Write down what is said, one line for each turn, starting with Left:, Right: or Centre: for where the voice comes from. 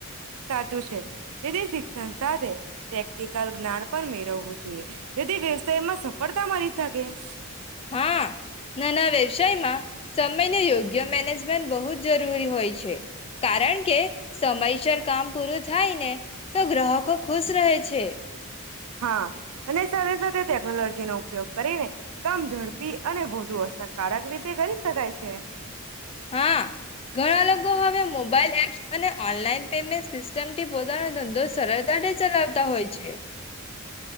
Right: સાચું છે તેથી શિક્ષણ સાથે પ્રેક્ટિકલ જ્ઞાન પણ મેળવવું જોઈએ. જેથી વ્યવસાયમાં સફળતા મળી શકે. <inaudible>
Left: હા નાના વ્યવસાયમાં સમમેય યોગ્ય મેનેજમેન્ટ બહુ જ જરૂરી હોય છે કારણ કે સમયસર કામ પૂરું થાય ને તો ગ્રાહકો ખુશ રહે છે.
Right: હા અને સાથે સાથે ટેકનોલોજીનો ઉપયોગ કરીને કામ ઝડપી અને વધુ અસરકારક રીતે કરી શકાય છે.
Left: હા ઘણા લોકો હવે મોબાઈલ એપ્સ અને ઓનલાઈન પેમેન્ટ સિસ્ટમથી બ પોતાનો ધંધો સા <unintelligible> ચલાવતા હોય છે.